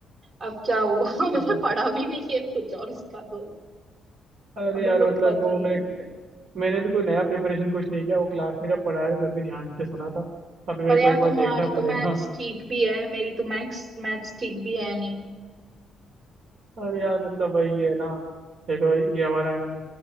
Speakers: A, on the right (about 50°); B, on the right (about 70°).
A: अब क्या हुआ <laughs> मैंने
B: अरे
A: पढ़ा भी नहीं है कुछ और उसका तो
B: अरे
A: और तुमको
B: यार
A: तो
B: मतलब
A: पता
B: वो
A: ही
B: मैंने
A: है
B: मैंने भी कोई नया प्रिपरेशन कुछ नहीं किया वो क्लास में जब पढ़ाया था तभी ध्यान से सुना था अभी मेरे
A: पर
B: को
A: यार
B: एक बार
A: तुम्हारी
B: देखना पड़ेगा
A: तो मैथ्स ठीक भी है मेरी तो मैथ्स मैथ्स ठीक भी है नहीं
B: अरे यार मतलब वही है ना देखो ये हमारा है ना